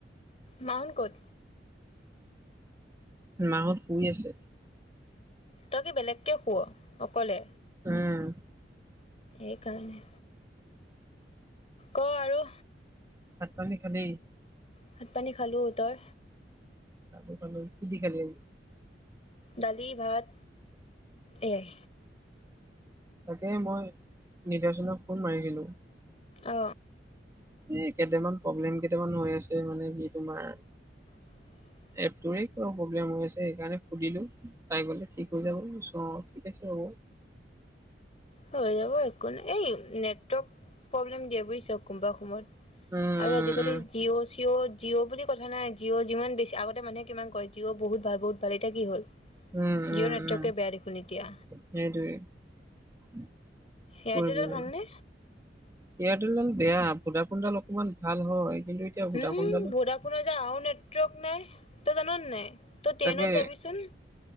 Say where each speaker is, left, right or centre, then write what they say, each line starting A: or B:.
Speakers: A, on the left; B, on the right.
A: মা সত ক'ত?
B: মাঁহত শুই আছে।
A: তই কি বেলেগকে শুৱ অকলে?
B: উম।
A: এই কাৰণে। ক আৰু?
B: ভাত পানী খালি?
A: ভাত পানী খালোঁ, তই?
B: <unintelligible> কি দি খালি?
A: দালি, ভাত এইয়াই।
B: তাকে মই নিদৰ্চনক ফোন মাৰি দিলো।
A: অ।
B: এ কেইটামান প্ৰব্লেম কেইটামান হৈ আছে, মানে কি তোমাৰ।
A: <inaudible>
B: এপটোৰে কিবা প্ৰব্লেম হৈ আছে সেইকাৰণে সুধিলো। তাই ক'লে ঠিক হৈ যাব অ ঠিক আছে হ'ব।
A: হৈ যাব একো নাই এই নেটৱৰ্ক প্ৰব্লেম দিয়ে, বুজিছ কোনোবা সময়ত।
B: উম
A: আৰু আজিকালি
B: উম
A: জিঅ' চি জিঅ' জিঅ' বুলি কথা নাই জিঅ' যিমান বেছি, আগতে মানুহে কিমান কয় জিঅ' বহুত ভাল বহুত ভাল এতিয়া কি হ'ল।
B: উম
A: জিঅ
B: উম
A: নেটৱৰ্কে
B: উম
A: বেয়া দেখোন এতিয়া।
B: সেইটোৱে। কি
A: এয়াৰটেলৰ
B: কৰিবি
A: ভালনে
B: আৰু এয়াৰটেল ডাল বেয়া ভডা ফোন ডাল অকমান ভাল হয়। কিন্তু এতিয়া ভোডাফোনডালো
A: উম ' ভডাফোনৰ যে আৰু নেটৱৰ্ক নাই তই জান নে নাই। তই ট্ৰেইনত
B: তাকে
A: যাবিচোন